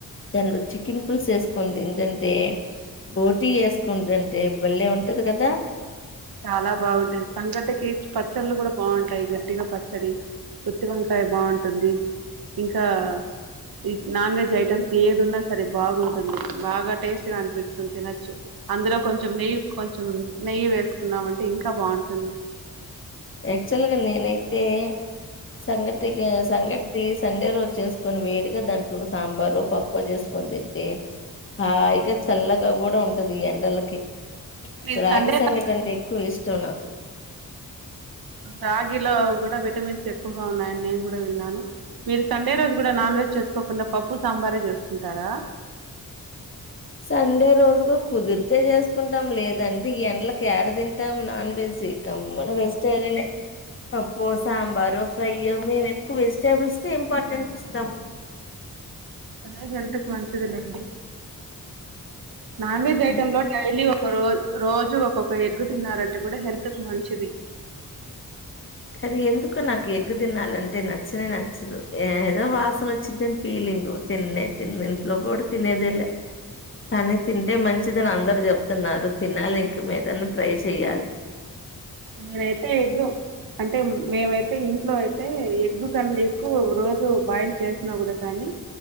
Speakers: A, on the left; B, on the right.
A: దానిలో చికెన్ పుల్సు వేసుకుంని తింటుంటే బొటి వేసుకుంటంటే బల్లేె ఉంటది కదా
B: చాలా బాగుంటుది సంఘటికీ పచ్చళ్ళు కూడా బాగుంటాయి గట్టిగా పచ్చడి గుత్తివంకాయ బాగుంటుంది ఇంకా ఈ నాన్ వెజ్ ఐటమ్స్ ఏంది ఉన్నా సరే బాగుంటుంది బాగా టేస్ట్ గా అనిపిస్తుంది తినచ్చు అందులో కొంచెం నెయ్యి కొంచెం నెయ్యి వేసు కున్నామంటే ఇంకా బాగుంటుంది
A: యాక్చువల్గా నేనైతే సంఘటికి సంఘటి సండే రోజు చేసుకొని వేడిగా దాంట్లో సాంబారు పప్పు చేసుకొని తింటే హాయిగా చల్లగా కూడా ఉంటుది ఈ ఎండలకి
B: మీరు
A: రాగి
B: సండే
A: సంఘటీ అంటే ఎక్కువ ఇష్ట నచ్చావ్ నాకు
B: రాగిలో కూడా విటమిన్స్ ఎక్కువగా ఉన్నాయని నేను కూడా విన్నాను మీరు సండే రోజు కూడా నాన్ వెజ్ చేసుకోకుండా పప్పు సాంబారే చేసుకుంటారా
A: సండే రోజు కూడా కుదిరితే చేసుకుంటాం లేదంటే ఈ ఎడ్లకి ఏడ తింటాం నాన్ వెజ్ ఇక గమ్మున వెజిటేరియనే పప్పు సాంబారు ఫ్రై మేము ఎక్కువ వెజిటేబుల్స్ ఇంపార్టెన్స్ ఇస్తాం
B: అదే హెల్త్
A: హ్మ్.
B: కి మంచిదిలేండి నాన్ వెెజ్ ఐటెమ్
A: హ్మ్.
B: లో డైలీ ఒక రోజ రోజు ఒక్కొక్క ఎగ్ తిన్నారంటే కూడా హెల్త్ కు మంచిది
A: కానీ ఎందుకు నాకు ఎగ్ తినాలంటే నచ్చనే నచ్చదు ఏ ఏదో వాసన వచ్చిందని ఫీలింగు తిననే తినను ఇంట్లో కూడా తినేదేలే కానీ తింటే మంచిదని అందరు చెప్తున్నారు తినాలి ఇకమీదైనా ట్రై చెయాలి
B: నేనైతే ఎగ్గు అంటే మేమైతే ఇంట్లో అయితే ఎగ్గు కన్న ఎక్కువ రోజు బాయిల్ చేసినా కూడా కానీ